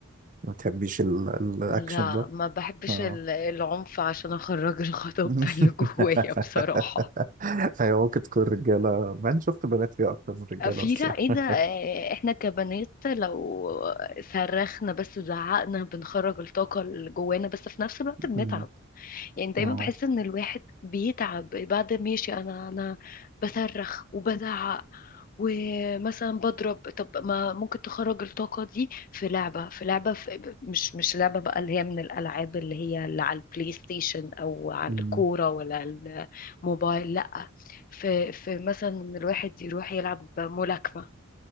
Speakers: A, on the right; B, on the left.
A: ما بتحبيش ال- الأكشن
B: لا
A: ده؟
B: ما بحبش
A: آه
B: ال- العنف عشان اخرج الغضب
A: <laughs>
B: <laughs> اللي جوايا بصراحة
A: أيوة ممكن تكون رجالة مع إني شفت بنات فيها أكتر من رجالة
B: في
A: بس
B: لا ايه
A: يعني
B: ده آه، احنا كبنات لو صرخنا بس زعقنا بنخرج الطاقة اللي جوانا بس في نفس الوقت بنتعب
A: مم.
B: يعني دايما
A: آه.
B: بحس ان الواحد بيتعب بعد ما ماشي انا انا بصرخ وبزعق ومثلا بضرب طب ما ممكن تخرج الطاقة دي في لعبة في لعبة في مش مش لعبة بقى اللي هي من الألعاب اللي هي اللي على البلاي ستيشن أو على
A: مم.
B: الكورة ولا على الموبايل لأ في في مثلا إن الواحد يروح يلعب ملاكمة